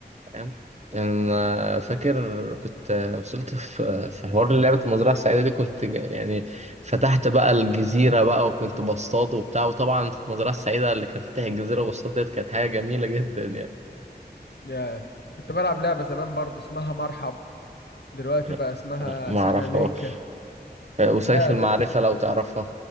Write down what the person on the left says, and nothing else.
يا كنت بلعب لعبة زمان برضو اسمها مرحب دلوقتي
بقى اسمها
سناليكا
لا
كنت